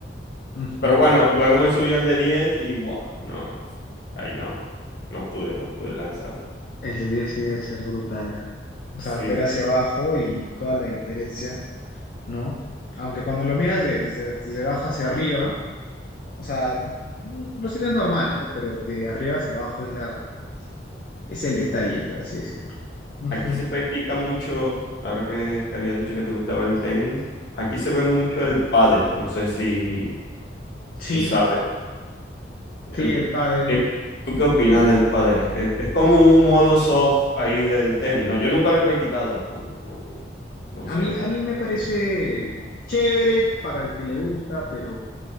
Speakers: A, on the left; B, on the left.
A: Ujú.
B: Pero bueno, luego me subí al de 10 y wow, no, eso- no, ahí no, no pude, no pude lanzarme.
A: El de 10 sí debe ser brutal. ah. O
B: Sí,
A: sea, ver
B: sí.
A: hacia abajo y toda la diferencia, ¿no? Aunque cuando lo miras de- desde, desde abajo hacia arriba, o sea, mm, lo sientes normal, ¿no? Pero de arriba hacia abajo es la, es el detalle, por así decirlo. Ujú.
B: Aquí se practica mucho, ahora que, que habías dicho que te gustaba el tenis, aquí se ve mucho el pádel, no sé si,
A: Sí,
B: si sabes. El-
A: sí, el pádel.
B: ¿qué- ¿tú qué opinas del pádel? Es, es como un modo soft ahí del tenis. No, yo nunca lo he practicado. No, no- no
A: A
B: sé.
A: mí, a mí me parece chévere para el que le gusta, pero